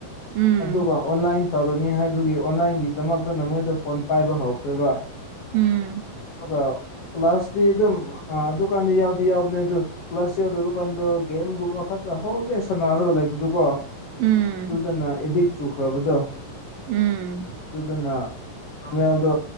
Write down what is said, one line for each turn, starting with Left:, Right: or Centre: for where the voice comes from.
Right: ꯎꯝ
Left: ꯑꯗꯨꯒ ꯑꯣꯟꯂꯥꯏꯟ ꯇꯧꯔꯅꯤ ꯍꯥꯏꯕꯒꯤ ꯑꯣꯟꯂꯥꯏꯟꯒꯤꯗꯃꯛꯇꯅ ꯃꯣꯏꯗ ꯐꯣꯟ ꯄꯥꯏꯕ ꯍꯧꯈ꯭ꯔꯦꯕ ꯑꯗꯨꯒ
Right: ꯎꯝ
Left: ꯀ꯭ꯂꯥꯁꯇꯤ ꯑꯗꯨꯝ ꯑꯗꯨꯀꯥꯟꯗꯤ ꯌꯥꯎꯗꯤ ꯌꯥꯎꯕꯅꯦ ꯑꯗꯨ ꯀ꯭ꯂꯥꯁ ꯌꯧꯗꯔ ꯀꯥꯟꯗ ꯒꯦꯝꯒꯨꯝꯕ ꯈꯛꯇ ꯍꯣꯡꯗꯦ ꯁꯥꯟꯅꯔꯒ ꯂꯩꯕꯗꯨꯀꯣ
Right: ꯎꯝ
Left: ꯑꯗꯨꯗꯅ ꯑꯦꯗꯤꯛ ꯆꯨꯈ꯭ꯔꯕꯗꯣ
Right: ꯎꯝ
Left: ꯑꯗꯨꯗꯨꯅ ꯅꯣꯔꯃꯦꯜꯗꯣ